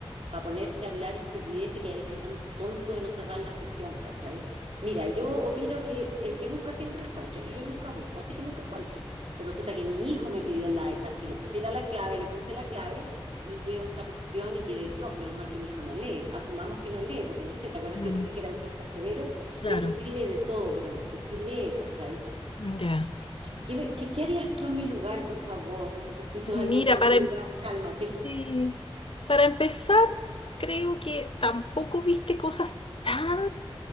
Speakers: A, on the right; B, on the left.
A: para ponerse a hablar estupidez y que haya sido tan tonto de no cerrar la sesión, ¿cachai? Mira, yo opino que el que busca siempre encuentra, y yo nunca busco, así que nunca encuentro. Pero resulta que mi hijo me pidió el iPad, que le pusiera la clave, le puse la clave, y veo esta cuestión y quedé plop, menos mal que mi hijo no lee. Asumamos que no lee, porque no sé, ¿te acuerdas
B: Mm,
A: que yo te dije que era autista severo?
B: claro,
A: Él escribe de todo, pero no sé si lee, ¿cachai?
B: ya.
A: ¿Qué, me- qué- qué harías tú en mi lugar, por favor? Necesito
B: Mira,
A: a alguien que
B: para,
A: me diga,
B: em-
A: cálmate.
B: sí, para empezar, creo que tampoco viste cosas tan